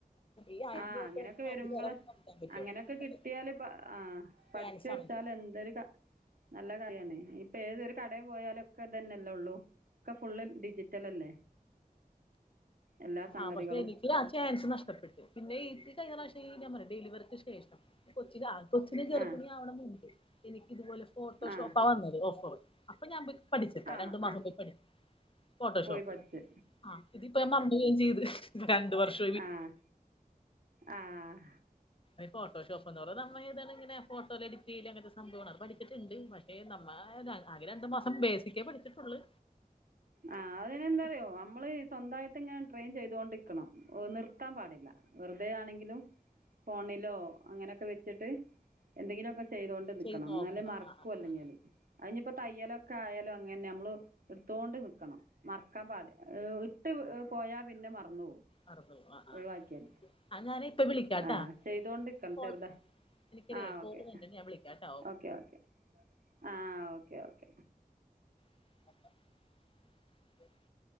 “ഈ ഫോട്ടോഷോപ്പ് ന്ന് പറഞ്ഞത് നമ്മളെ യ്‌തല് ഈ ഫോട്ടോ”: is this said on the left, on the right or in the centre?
Left